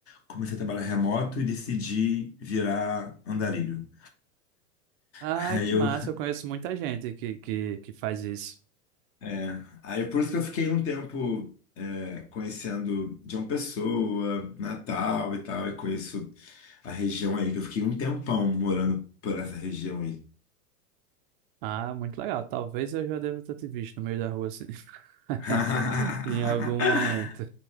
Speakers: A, on the left (about 30°); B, on the right (about 35°).
A: comecei a trabalhar remoto e decidi virar andarilho.
B: Ah,
A: Aí
B: que
A: eu
B: massa. Eu conheço muita gente que, que, que faz isso.
A: É, aí por isso que eu fiquei um tempo é, conhecendo João Pessoa, Natal e tal, e conheço a região aí, que eu fiquei um tempão morando por essa região aí.
B: Ah, muito legal. Talvez eu já deva ter te visto no meio da rua, assim. <laughs>
A: <laughs>
B: Em algum momento.